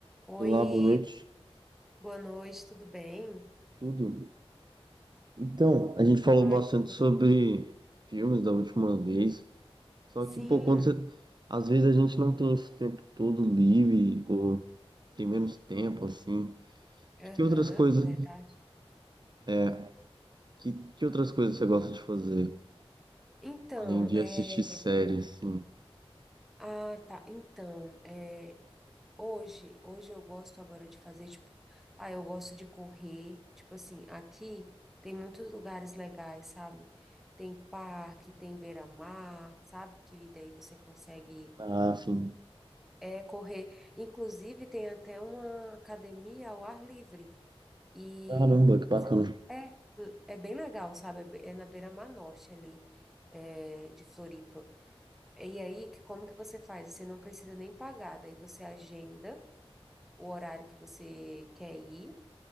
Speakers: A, in the centre; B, on the right.
A: Oi,
B: Olá, boa noite.
A: boa noite, tudo bem?
B: Tudo? Então, a gente falou
A: Ai,
B: bastante
A: que bom.
B: sobre filmes da última vez, só
A: Sim,
B: que, pô, quando você... Às vezes a gente não tem esse tempo todo livre, ou tem menos tempo, assim.
A: aham,
B: Que outras coisas,
A: verdade.
B: é, que, que outras coisas você gosta de fazer,
A: Então,
B: além de
A: é...
B: assistir séries, assim?
A: Ah, tá, então, é... Hoje, hoje eu gosto agora de fazer, tipo, ah, eu gosto de correr, tipo assim, aqui tem muitos lugares legais, sabe? Tem parque, tem beira-mar, sabe? Que daí você consegue,
B: Ah, sim.
A: é, é correr. Inclusive, tem até uma academia ao ar livre. E
B: Caramba, que bacana.
A: você não- é, é bem legal, sabe? É be- é na beira-mar norte ali, é, de Floripa. E aí, que- como que você faz? Você não precisa nem pagar, daí você agenda o horário que você quer ir,